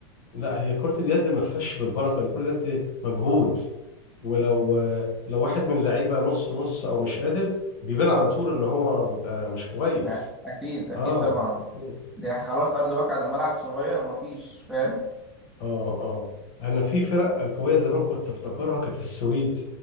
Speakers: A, on the left; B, in the centre.
A: لا هي كرة اليد ما فيهاش بالبركة دي كرة اليد مجهود ولو
B: مم.
A: لو واحد من اللعيبة نص نص او مش قادر بيبان على طول ان هو بيبقى مش كويس
B: لا، أكيد أكيد
A: اه
B: طبعا
A: مم.
B: دي خلاص ارض واقع ده ملعب صغير ومفيش فاهم
A: اه اه انا في فرق قوية زمان كنت افتكرها كانت السويد